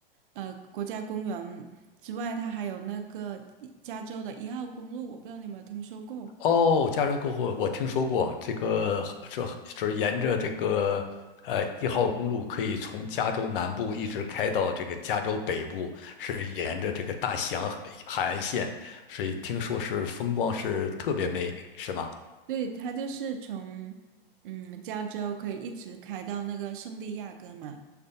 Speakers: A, on the right; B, on the left.
A: 呃，国家公园之外，它还有那个加州的一号公路，我不知道你有没有听说过。
B: 哦，加州过后我听说过这个，这就是沿着这个呃一号公路可以从加州南部一直开到这个加州北部，是沿着这个大西洋海海岸线，所以听说是风光是特别美，是吗？
A: 对，它就是从嗯加州可以一直开到那个圣地亚哥嘛，